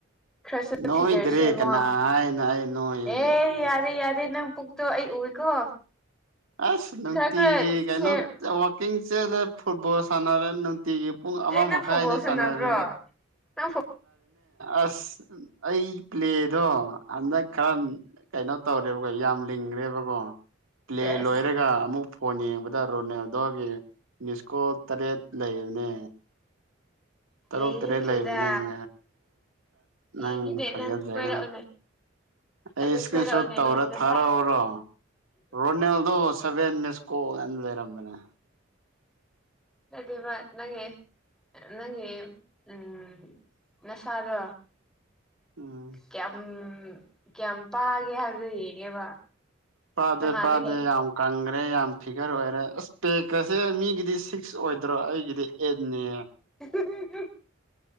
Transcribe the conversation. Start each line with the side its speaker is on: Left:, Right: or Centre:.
Centre: ꯈ꯭ꯔꯁ
Right: ꯅꯣꯏꯗ꯭ꯔꯦ
Centre: ꯐꯤꯒꯔꯁꯦꯃꯣ
Right: ꯀꯅꯥ ꯍꯥꯏꯅ ꯑꯩ ꯅꯣꯏꯌꯦꯅ
Centre: ꯑꯦ ꯌꯥꯔꯦ ꯌꯥꯔꯦ ꯑꯗꯗꯤ ꯅꯪ ꯄꯨꯛꯇꯣ ꯑꯩ ꯎꯏꯀꯣ
Right: ꯑꯁ ꯅꯨꯡꯇꯤꯒꯤ
Centre: ꯈꯔ ꯈꯔ
Right: ꯀꯩꯅꯣ
Centre: ꯁꯦꯝ
Right: ꯋꯥꯀꯤꯡ ꯆꯦꯂꯦ ꯐꯨꯠꯕꯣꯜ ꯁꯥꯟꯅꯔꯦ ꯅꯨꯡꯇꯤꯒꯤ ꯄꯨꯡ ꯑꯃ
Centre: ꯑꯦ ꯅꯪ
Right: ꯃꯈꯥꯏꯅꯤ
Centre: ꯐꯨꯠꯕꯣꯜ ꯁꯥꯟꯅꯕ꯭ꯔꯣ
Right: ꯁꯥꯟꯅꯔꯤꯁ
Centre: ꯅꯪ
Right: ꯑꯁ ꯑꯩ ꯄ꯭ꯂꯦꯗꯣ ꯍꯟꯗꯛ ꯈꯔ ꯀꯩꯅꯣ ꯇꯧꯔꯦ ꯌꯥꯝ ꯂꯤꯡꯈ꯭ꯔꯦꯕꯀꯣ ꯄ꯭ꯂꯦ
Centre: ꯁꯦꯁ
Right: ꯂꯣꯏꯔꯒ ꯑꯃꯨꯛ ꯐꯣꯟ ꯌꯦꯡꯕꯗ ꯔꯣꯅꯦꯜꯗꯣꯒꯤ ꯃꯤꯁꯀꯣ ꯇꯔꯦꯠ ꯂꯩꯕꯅꯦ ꯇꯔꯨꯛ
Centre: ꯌꯦꯡꯅꯤꯡꯈ꯭ꯔꯦꯗ
Right: ꯇꯔꯦꯠ ꯂꯩꯕꯅꯦ ꯃꯤ
Centre: ꯌꯦꯡꯈꯤꯅꯦ
Right: ꯅꯪ ꯊꯥꯖꯗꯒꯅ
Centre: ꯅꯪ ꯀꯣꯏꯔꯛꯎꯅꯦ
Right: ꯑꯩ
Centre: ꯑꯗꯨ
Right: ꯏꯁꯀ꯭ꯔꯤꯟ
Centre: ꯀꯣꯏꯔꯛꯎꯅꯦ
Right: ꯁꯣꯠ ꯇꯧꯔ
Centre: ꯅꯪꯒꯤ ꯅꯁꯥ
Right: ꯊꯥꯔꯥꯎꯔꯣ ꯔꯅꯦꯜꯗ ꯁꯚꯦꯟ ꯃꯦꯁꯀꯣ ꯂꯩꯔꯔꯕꯕꯅ
Centre: ꯑꯗꯨꯗꯤꯕ ꯅꯪꯒꯤ ꯅꯪꯒꯤ ꯎꯝ ꯅꯁꯥꯗꯣ
Right: ꯎꯝ
Centre: ꯀꯌꯥꯝ ꯀꯌꯥꯝ ꯄꯥꯒꯦ ꯍꯥꯏꯕꯗꯣ ꯌꯦꯡꯉꯦꯕ
Right: ꯄꯥꯗꯦ
Centre: ꯅꯍꯥꯟꯗꯒꯤ
Right: ꯄꯥꯗꯦ ꯌꯥꯝ ꯀꯪꯈ꯭ꯔꯦ ꯌꯥꯝ ꯐꯤꯒꯔ ꯑꯣꯏꯔꯦ ꯑꯁ ꯄꯦꯛꯀꯁꯦ ꯃꯤꯒꯤꯗꯤ ꯁꯤꯛꯁ ꯑꯣꯏꯗ꯭ꯔꯣ ꯑꯩꯒꯤꯗꯤ ꯑꯩꯠꯅꯦ
Centre: <inaudible>